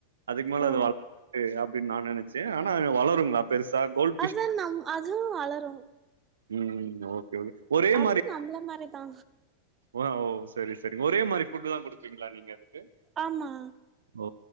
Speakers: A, on the right (about 70°); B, on the right (about 25°).
A: அதுக்கு மேல
B: ஓ
A: அது வளராது அப்டின்னு நா நெனச் ச ஆனா வளருங்லா பெருசா கோல்
B: அதா நம் அதுவு வளரு
A: ம் ஓகே ஓகே ஒரே
B: அதுவு
A: மாரி
B: நம்ள மாரிதா
A: ஓ ஓ செரி செரி ஒரே மாரி ஃபுட்டு்தா குடுப்பீங்ளா நீங்க அதுக்கு
B: ஆமா
A: ஓ